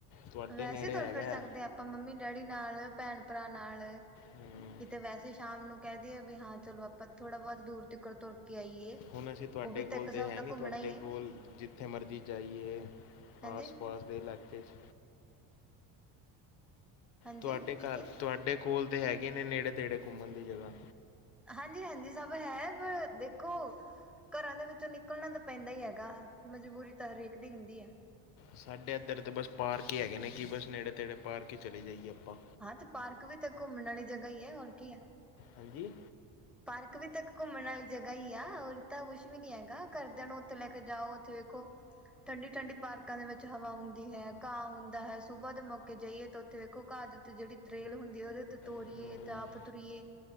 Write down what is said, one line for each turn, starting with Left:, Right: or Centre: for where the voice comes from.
Left: ਤੁਹਾਡੇ
Centre: ਵੈਸੇ
Left: ਨੇੜੇ
Centre: ਤੁਰ-ਫਿਰ
Left: ਹੈਗਾ
Centre: ਸਕਦੇ ਆ ਆਪਾਂ ਮੰਮੀ-ਡੈਡੀ ਨਾਲ ਭੈਣ-ਭਰਾ ਨਾਲ।
Left: ਹੂੰ
Centre: ਕਿਤੇ ਵੈਸੇ ਸ਼ਾਮ ਨੂੰ ਕਹਿ ਦਈਏ ਵੀ ਹਾਂ ਚਲੋ ਆਪਾਂ ਥੋੜਾ ਬਹੁਤ ਦੂਰ ਤੀਕਰ ਤੁਰ। ਕੇ ਆਈਏ।
Left: ਹੁਣ ਅਸੀ ਤੁਹਾਡੇ
Centre: ਉਹ ਵੀ
Left: ਕੋਲ
Centre: ਇੱਕ ਹਿਸਾਬ
Left: ਤਾਂ ਹੈਨੀ
Centre: ਦਾ
Left: ਨਹੀਂ
Centre: ਘੁੰਮਣਾ
Left: ਤੁਹਾਡੇ
Centre: ਹੀ ਹੈ
Left: ਕੋਲ ਜਿੱਥੇ ਮਰਜ਼ੀ ਜਾਈਏ।
Centre: ਹਾਂਜੀ।
Left: ਆਸ-ਪਾਸ ਦੇ ਇਲਾਕੇ 'ਚ।
Centre: ਹਾਂਜੀ
Left: ਤੁਹਾਡੇ
Centre: ਕੀ
Left: ਘਰ
Centre: ਕਿਆ
Left: ਤੁਹਾਡੇ ਕੋਲ ਤੇ ਹੈਗੇ। ਨੇੜੇ-ਤੇੜੇ ਘੁੰਮਣ ਦੀ ਜਗ੍ਹਾ।
Centre: ਹਾਂਜੀ-ਹਾਂਜੀ ਸਭ ਹੈ ਪਰ ਦੇਖੋ। ਘਰਾਂ ਦੇ ਵਿੱਚੋਂ ਨਿਕਲਣਾ ਤਾਂ ਪੈਂਦਾ ਈ ਗਾ ਮਜਬੂਰੀ ਤਾਂ ਹਰੇਕ ਦੀ ਹੁੰਦੀ ਐ।
Left: ਸਾਡੇ ਇੱਧਰ ਤਾਂ ਬਸ ਪਾਰਕ ਹੀ ਹੈਗੇ ਨੇ ਕਿ ਬਸ ਨੇੜੇ-ਤੇੜੇ ਪਾਰਕ ਹੀ ਚੱਲੇ ਜਾਈਏ ਆਪਾਂ।
Centre: ਹਾਂ ਤੇ ਪਾਰਕ ਵੀ ਤਾਂ ਘੁੰਮਣ ਵਾਲੀ ਜਗ੍ਹਾ ਈ ਐ ਤੇ ਹੋਰ ਕੀ ਐ।
Left: ਹਾਂਜੀ।
Centre: ਪਾਰਕ ਵੀ ਤਾਂ ਘੁੰਮਣ ਵਾਲੀ ਜਗ੍ਹਾ ਹੀ ਆ। ਔਰ ਤਾਂ ਕੁੱਛ ਵੀ ਨੀ ਹੈਗਾ ਘਰਦਿਆਂ ਨੂੰ ਉੱਥੇ ਲੈ ਕੇ ਜਾਓ ਉੱਥੇ ਵੇਖੋ। ਠੰਡੀ ਠੰਡੀ ਪਾਰਕਾਂ ਦੇ ਵਿੱਚ ਹਵਾ ਹੁੰਦੀ ਹੈ। ਘਾਹ ਹੁੰਦਾ ਹੈ। ਸੁਬਾ ਦੇ ਮੌਕੇ ਜਾਈਏ ਤੇ ਉੱਥੇ ਵੇਖੋ ਘਾਹ ਦੇ ਉੱਤੇ ਜਿਹੜੀ ਤਰੇਲ ਹੁੰਦੀ ਆ। ਉਹਦੇ ਤੇ ਤੋਰੀਏ
Left: ਹਮ,
Centre: ਤੇ ਆਪ ਤੋਰੀਏ